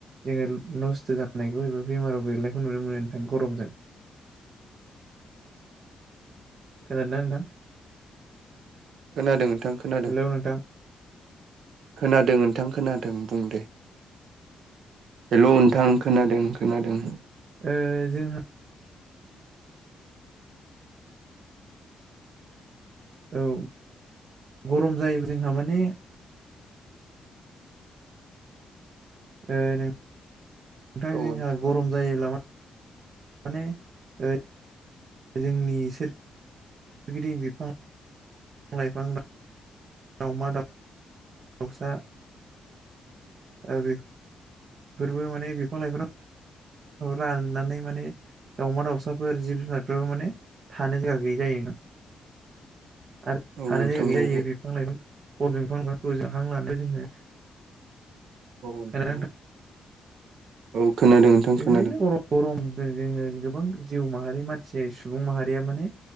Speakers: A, on the right; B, on the right.
A: जोङो नस्थ' जानायखौ एबा बेमाराव गैलैनायखौ नुनो मोनो नोंथां गरमजों
B: <inaudible>
A: खोनादोना नोंथां।
B: खोनादों। खोनादों
A: हेल' नोंथां।
B: खोनादों नोंथां खोनादों बुं दे। हेल' नोंथां खोनादों खोनादों।
A: ओ जोंहा औ गरम जायो जोंहा माने। ओ नोंथां
B: औ
A: जोंहा
B: नोंथां औ
A: गरम जायोब्ला मा माने। ओ जोंनि सोरगिदिं बिफां <unintelligible> लाइफां दाउमा दाउ <unintelligible> दाउसा ओ बे फोरबो माने बिफां लाइफां राननानै माने <unintelligible> दाउमा दाउसाफोर जिब जुनारफोराबो माने थानो जायगा गैयि जायो नोंथां
B: <inaudible>
A: आरो
B: औ
A: थानो
B: नोंथां
A: जायगा गैयै
B: औ
A: जायो बिफां लाइफां ग बिफां लाइफांखौ जों हां लानो जोङो <unintelligible>
B: औ
A: खोनादोना नोंथां
B: औ
A: <unintelligible>
B: औ खोनादों नोंथां
A: बेफोरबायदिनो
B: खोनादों।
A: गरम जोङो गोबां जिउ माहारि मानसिया सुबुं माहारिया माने